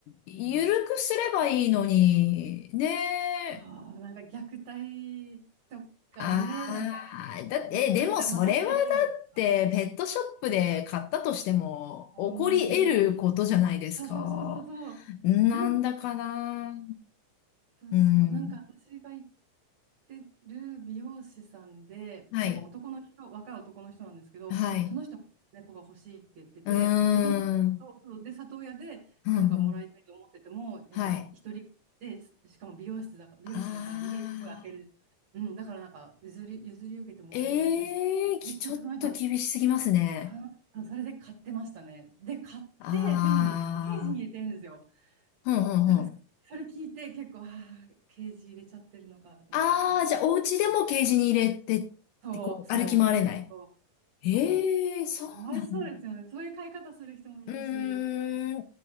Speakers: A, on the left; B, on the right.
A: ゆるくすればいいのに、
B: うん
A: ねえ。
B: そう、なんか虐待とかね、
A: ああ、
B: なんか、
A: だって、
B: そう、捨てちゃう、
A: え、でもそれはだ
B: また捨てちゃうとか、
A: って、ペットショップで買ったとしても、
B: 同じです
A: 起こり得ることじゃないですか。
B: よ。そうそうそうそうそう。
A: なんだかな。
B: なんそうそう。
A: うん。
B: なんか私が行ってる美容師さんで、
A: はい。
B: なんか男の人、若い男の人なんですけど、
A: はい。
B: その人も猫が欲しいって言ってて、
A: うー
B: で、でも、
A: ん。
B: そうそうで、里親でなんかもらいたいと思ってても、
A: ふんふん。
B: やっぱひ一人で、
A: はい。
B: ししかも美容室だから、美容師だから家すごい開ける。
A: ああ。
B: うん、だからなんか譲り、譲り受けてもらえないらしくて、
A: ええー、きちょっと厳しすぎますね。
B: 結局その人、あそそれで買ってましたね。で、買って、
A: ああ。
B: でもね、ケージに入れてるんですよ。
A: ふんふんふん。
B: なんかそれ聞いて結構、ああ、ケージ入れちゃってるのかと思って、
A: ああ、
B: ちょっと、
A: じゃあ、お家でもケージに入れてって、
B: そう、
A: こう、
B: そう、
A: 歩き回れない。
B: そう、
A: ええそうなんだ。
B: そう、かわいそうですよね。そういう飼い方する人もいるし、
A: うー